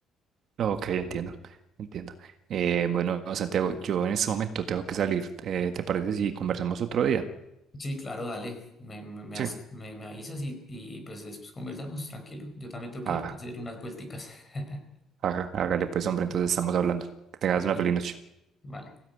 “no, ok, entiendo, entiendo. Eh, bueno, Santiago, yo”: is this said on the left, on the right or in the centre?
Right